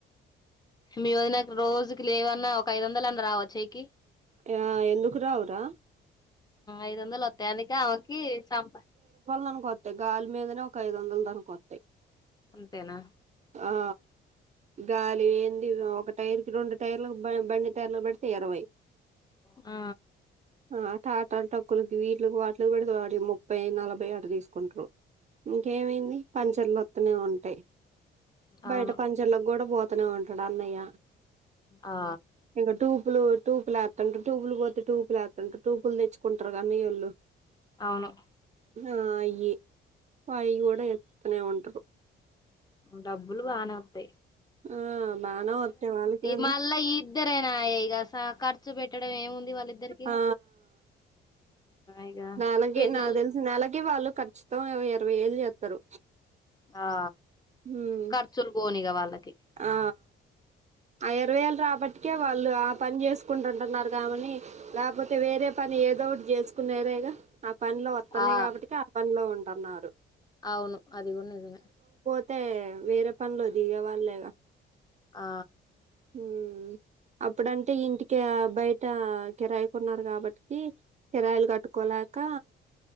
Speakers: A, on the left; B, on the right.
A: లేమీ నాకు రోజుకి లేవన్నా ఒక ఐదు వందలు అన్న రావా వచ్చేకి,
B: ఆ ఎందుకు రావురా,
A: ఐదు వందలు వత్తాయి, అందుకె ఆమెకి చంపా
B: మనకొస్తాయి, దాని మీదనే ఒక ఐదు వందల దాకావత్తాయి.
A: అంతేనా
B: ఆ గాలి ఏంది ఒక టైర్కి రెండు టైర్లు బండి టైర్లు పడితే ఇరవై
A: ఆ
B: ఆ ఆట ఆట టక్కులకి వీటికి వాటికి పెడత ముప్పై నలభై ఆట తీసుకుంటారు ఇంకేమైంది పంచర్లు లొ అతునే ఉంటాయ్
A: అవును
B: బయట పంచర్లకుకి కూడా బోత్ తనే వుంటరు మా అన్నయ
A: ఆ
B: ఇక టు ప్లు టూ ప్లాక్ అంటే ట్యూబులు పోతే ట్యూు లేతంటారు ట్యూబులు తెచ్చుకుంటారు కానీయళ్ళు
A: అవును
B: ఆ అయ్యి అయ్యి కూడా ఎత్తనే ఉంటరు
A: డబ్బులు బాన వస్తాయి
B: ఆ బానే వస్తాయి వాళ్ళకేంది
A: మళ్ళా ఈ ఇద్దరేనా ఇగ ఖర్చు పెట్టడం ఏముంది ఇది వాళ్ళిద్దరికి
B: ఆ
A: ఇగా
B: నెలకి
A: పిల్లలు
B: నాకు
A: ఆ
B: తెలిసి
A: ఇగ పిల్లలు
B: నెలకి వాళ్ళు ఖచ్చితం ఇరవై ఏళ్ళ చేస్తారు
A: ఆ
B: ఉమ్
A: కర్చులు గోనిగా వాళ్లకి
B: ఆ అర వేలు రాబట్కే వాళ్ళు ఆ పని చేసుకుంటుంటున్నారు కామని లేకపోతే వేరే పని ఏదో ఒకటి చేసుకునేరేగా ఆ పనిలో వస్తున్నాయి
A: ఆ
B: కాబట్టి ఆ పనిలో ఉండ కన్నారు
A: అవును అదిగు నిజమే
B: అయితే వేరే పనులు దిగే వాళ్ళే అ
A: ఆ
B: ఊ అప్పుడంటే ఇంటికి బయట కిరాయి కొన్నారు కాబట్టి కిరాయిలు కట్టుకోలేక